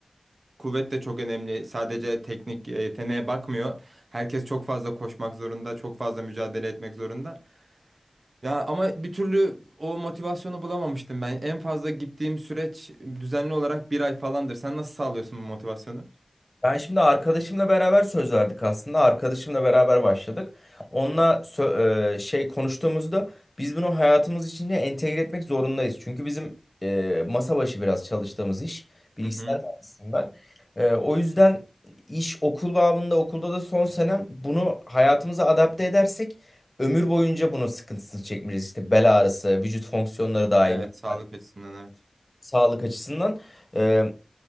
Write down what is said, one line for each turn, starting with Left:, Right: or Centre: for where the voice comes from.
Right: Kuvvet de çok önemli. Sadece teknik e, yeteneğe bakmıyor. Herkes çok fazla koşmak zorunda, çok fazla mücadele etmek zorunda. Ya ama bir türlü o motivasyonu bulamamıştım ben. En fazla gittiğim süreç düzenli olarak bir ay falandır. Sen nasıl sağlıyorsun bu motivasyonu?
Left: Ben şimdi arkadaşımla beraber söz verdik aslında. Arkadaşımla beraber başladık. Onunla sö- e, şey konuştuğumuzda biz bunu hayatımız içinde entegre etmek zorundayız. Çünkü bizim e, masa başı biraz çalıştığımız iş. Bilgisayar
Right: Hı hı.
Left: mühendisiyim ben. E, o yüzden iş okul babında okulda da son senem bunu hayatımıza adapte edersek ömür boyunca bunun sıkıntısını çekmeyeceğiz. İşte bel ağrısı, vücut fonksiyonları dahil,
Right: Evet, sağlık
Left: Yani
Right: açısından evet.
Left: sağlık açısından. E,